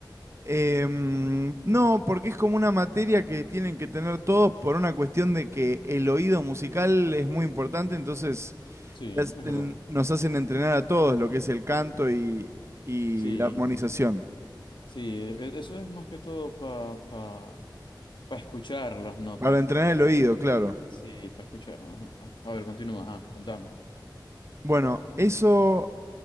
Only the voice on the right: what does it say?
Em, no, porque es como una materia que tienen que tener todos por una cuestión de que el oído musical es muy importante, entonces
te hacen-
nos hacen entrenar a todos lo que es el canto y, y
la armonización.
Para entrenar
el
oído, claro.
Bueno, eso,